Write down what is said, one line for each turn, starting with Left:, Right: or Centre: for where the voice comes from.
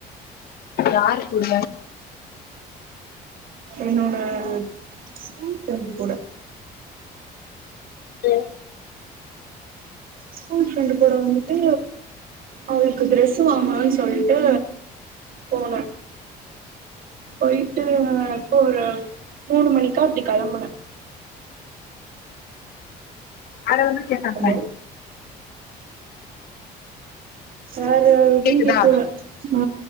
Left: யாரு கூட
Right: என்னோட ஸ்கூல் ஃபிரண்டு கூட
Left: தென்
Right: ஸ்கூல் ஃப்ரெண்டு் கூட வந்துட்டு அவுளுக்கு டிரரெஸ் வாங்கணுன் சொல்ட்டு போன போய்ட்டு இப்போ ஒரு மூணு மணிக்கா அப்டி கெளம்பன
Left: அத வந்து கேட்டாங்லா
Right: ஹலோ வேற எது
Left: கேக்குதா
Right: கேக்கல அ